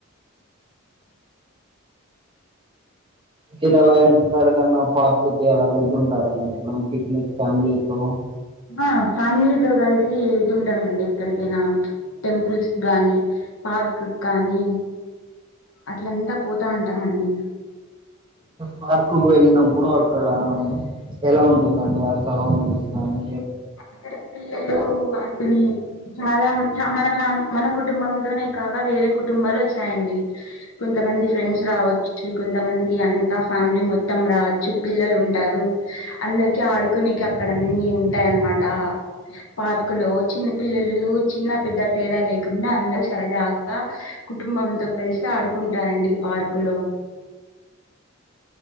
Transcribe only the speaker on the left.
ఆ ఫ్యామిలీతో కలిసి వెళ్తుంటామ అండి ఎక్కడికైనా టెంపుల్స్ కాగానీ పార్క్ కానీ అట్లంతా పోతా ఉంట ట్టామడి
అక్కడ పిల్లలు ఆడుకుని చాలా చ మన సా మన కుటుంబంతోనే కాక వేరే కుటుంబాలు వస్తాయండి కొంతమంది ఫ్రెండ్స్ రావచ్చు కొంతమంది అంతా ఫ్యామిలీ మొత్తం మొత్తం రావచ్చు పిల్లలు ఉంటారు అందరికి ఆడుకునేకి అక్కడ అన్ని ఉంటాయిన్నమాట నా పార్కు లో చిన్న పిల్లలు లు చిన్న పెద్ద తేడా లేకుండా అందరూ సరదాగా కుటుంబంతో కలిసి ఆడుకుంటారంండి పార్కు లో